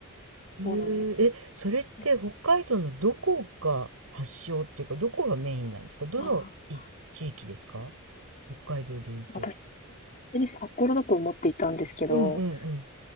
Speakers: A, on the left; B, on the right.
A: そうなんです。
B: へえ、え、それって北海道のどこが発祥っていうか、
A: ね
B: どこがメインなんですかどのい地域ですか
A: ああ、
B: 北海道でいうと。
A: 私、勝手に札幌だと思っていたんですけど、
B: うんうんうん。